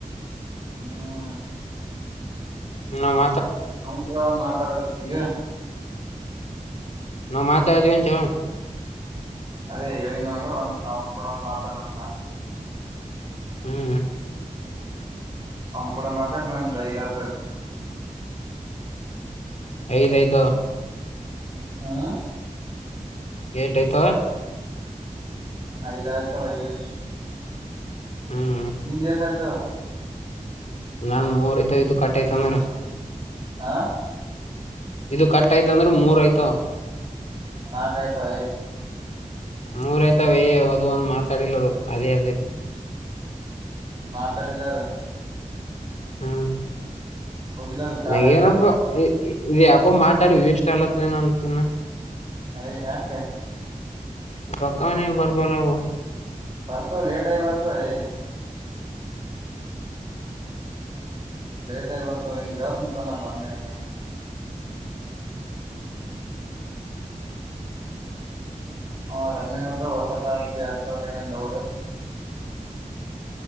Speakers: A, on the right; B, on the left.
A: ಹ್ಮ
B: ನಮ್ಮ
A: ಅವನ್ ಕ ಒಂದ ಮಾತಾಡದಕ್ಕೆ ಈಗ
B: ನಾ ಮಾತಾರತವನ್ ಚೋ
A: ಅದೇ ಹೇಳಿ ನಂಗ ಒಂದ ಅವನ್ ಕೂಡ ಒಂದ್ ಮಾತಾಡ್ಬೇಕಕ್ ನ
B: ಹ್ಮ್
A: ಅವ್ನ್ ಕೂಡ ಮಾತಾರ ನಂದ ಐದ್ ಹತ
B: ದು ಈತ
A: ಹಾ
B: ಏಟಐ್ತ
A: ಐದ್ ಆಯ್ತಾ ಐದು
B: ಹ್ಮ್
A: ನಿಂದ ಹೆಸ್ಟ್ ಆಯ್ತು
B: ನಾನ್ ಮೂರ್ ಐತ ಇದು ಕಟ್ಟಯ್ತ ಅಂದ್ರ
A: ಆ
B: ಇದು ಕಟ್ ಆಯ್ತ ಅಂದ್ರೆ ಮೂರ್ ಆಯ್ತು
A: ನಾಕ್ ಆಯ್ತಾವೆ
B: ಮೂರಯ್ತಾವ ಅದು ಒಂದ್ ಮಾತಾಡಿಲ್ಲದು ಅದೇ ಅದೇ
A: ಪಡೆದಾವ
B: ಹ್ಮ
A: ಹೋಗಿಲ್ಲದು ಕಾಲ್
B: ನಂಗ
A: ಆಗಿಲ್ಲ
B: ಏನಪ್ಪ ಇ ಯಾಕೋ ಮಾತಾಡ ಇಷ್ಟ ಅಲತ್ ಏನ ಅನ್ಕನ್ನ
A: ಅ ಯಕ
B: ರಕಾನ ಬರ್ಬಲವೋ
A: ಬರ್ತಾವ ಲೇಟ್ ಆಗಿ ಬರ್ತಾವ ಏ ಲೇಟ್ ಆಗ ಬರ್ತ ನಿನ್ ಹೇತ್ ನಿಂತ ನ ಬಂದ ಇಲ್ಲ ಹ ರಮ್ಮೆ ನೋಡ್ರಿ ಹೊಸತ ಆ ಯಡ್ ಸಾವಲ ಏನ್ ದೌಡ್